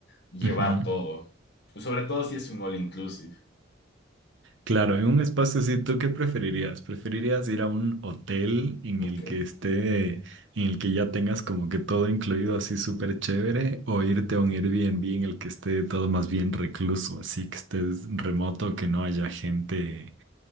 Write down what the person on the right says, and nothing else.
ujú.
Claro, en un espacio así, ¿tú qué preferirías? ¿Preferirías ir a un hotel en
el que esté, en el que ya tengas como que todo incluido así súper chévere, o irte a un Airbnb en el que esté todo más bien recluso, así que estés remoto, que no haya gente,